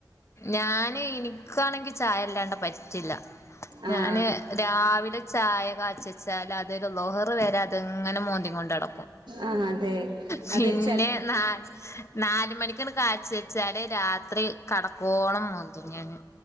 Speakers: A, on the left; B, on the right.
A: ഞാന് ഇനിക്കാണെങ്കി ചായല്ലാണ്ട് പ റ്റില്ല
B: ആഹ്
A: ഞാന് രാവിലെ ചായ കാച്ച് ച്ചാട്ട് അതൊര് ളുഹ്റ് വെരെ അത്ങ്ങെനെ മോന്തിങ്ങോണ്ടട
B: ആഹ് അതെ
A: പിന്നെ
B: അത് ചെല
A: നാ നാല് മണിക്ക്ന്ന് കാച്ച് വെച്ചാല് രാത്രി കടക്കോളം മോന്തും ഞാന്